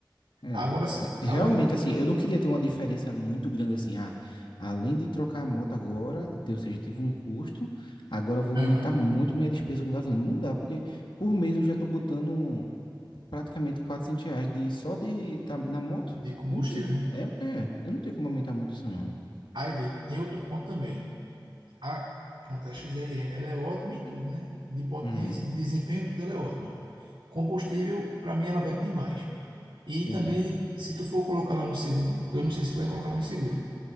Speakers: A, on the left; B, on the right.
A: É,
B: Agora, s-
A: é, realmente
B: agora,
A: assim, eu não queria ter uma diferença muito grande assim, ah, além de trocar a moto agora, te- ou seja, tive um custo, agora eu vou aumentar
B: aham,
A: muito minha despesa com gasolina. Não dá, porque por mês eu já tô botando praticamente 400 reais de, só de, da- na moto.
B: de combustível,
A: Eu não tenho,
B: né?
A: é, é, eu não tenho como aumentar muito isso não.
B: Aí, vê, tem outro ponto também. A, pronto, a XRE, ela é ótima em tudo, né? De potência,
A: Uhum,
B: de desempenho, tudo ela é ótima. Combustível, para mim, ela bebe demais. E
A: entendi.
B: também, se tu for colocar lá no seguro, eu não sei se tu vai colocar lá no seguro,